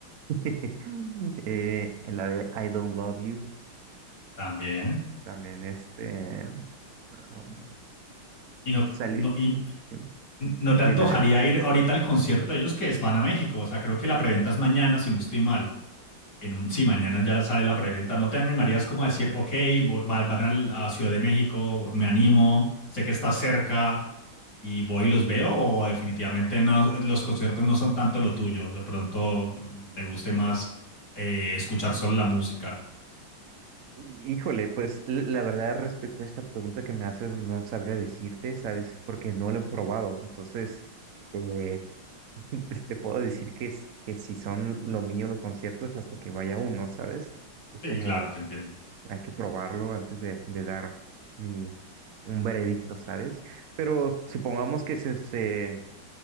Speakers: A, on the right (about 80°); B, on the left (about 50°).
A: <laughs> Eh, en la de I Don't Love You,
B: También.
A: también este, um,
B: Y no,
A: salió,
B: no, y
A: dime,
B: no te
A: dime.
B: antojaría
A: dime.
B: ir ahorita al concierto de ellos que es, van a México. O sea, creo que la preventa es mañana, si no estoy mal. En un, sí, mañana ya la- sale la preventa. ¿No te animarías como a decir, ok, vo- va- van al- a Ciudad de México, me animo, sé que está cerca y voy y los veo? ¿O definitivamente no, los conciertos no son tanto lo tuyo? De pronto mm, te guste más eh, escuchar solo la música.
A: Híjole, pues l- la verdad respecto a esta pregunta que me haces, no sabría decirte, ¿sabes? Porque no lo he probado. Entonces, eh, <laughs> te puedo decir que, s- que si son lo mío los conciertos hasta que vaya uno, ¿sabes? Es
B: Sí,
A: como
B: claro, te entiendo.
A: hay que probarlo antes de, de dar mi, un veredicto, ¿sabes? Pero supongamos que se, se,